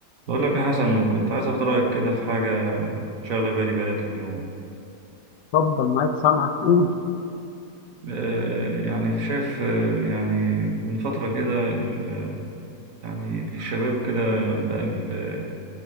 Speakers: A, on the right (about 55°); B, on the left (about 80°).
A: بقول لك يا حسن كنت عايز اخد رايك كده في حاجه شغله بالي بقالها كام يوم
B: اتفضل معاك سامعك قول
A: آه، يعني شايف آه، يعني من فتره كده ال- آه، يعني الشباب كده بقى ال- آه،